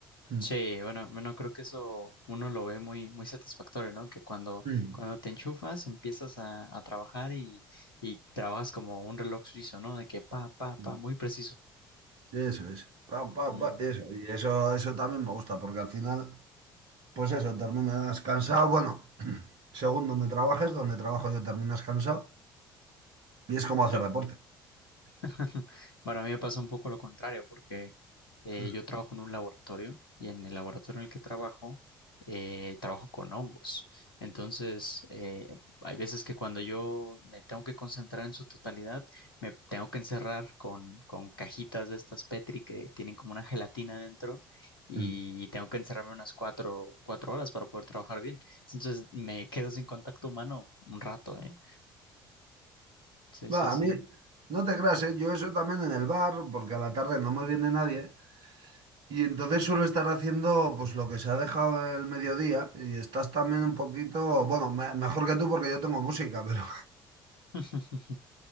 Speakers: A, on the right; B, on the left.
A: Mm,
B: Sí, bueno, bueno, creo que eso uno lo ve muy, muy satisfactorio, ¿no? Que cuando,
A: mm,
B: cuando te enchufas, empiezas a, a trabajar y, y trabajas como un reloj suizo, ¿no? De que pa, pa,
A: mm.
B: pa, muy preciso.
A: Eso es, pa, pa,
B: Mm,
A: pa, eso, y eso, eso también me gusta, porque al final... Pues eso, terminas cansado. Bueno, <clears throat> según donde trabajes, donde trabajo yo terminas cansado. Y es como
B: sí.
A: hacer deporte.
B: <laughs> Bueno, a mí me pasa un poco lo contrario, porque eh,
A: Mm,
B: yo trabajo en un laboratorio y en el laboratorio en el que trabajo, eh, trabajo con hongos. Entonces, eh, hay veces que cuando yo me tengo que concentrar en su totalidad, me tengo que encerrar con, con cajitas de estas Petri que tienen como una gelatina dentro y
A: mm.
B: tengo que encerrarme unas cuatro, cuatro horas para poder trabajar bien. Entonces, me quedo sin contacto humano un rato, ¿eh? Sí, sí,
A: Va,
B: sí.
A: a mí, no te creas, ¿eh? Yo eso también en el bar, porque a la tarde no me viene nadie. Y entonces suelo estar haciendo pues lo que se ha dejado el mediodía. Y estás también un poquito, bueno, me- mejor que tú porque yo tengo música, pero,
B: <laughs>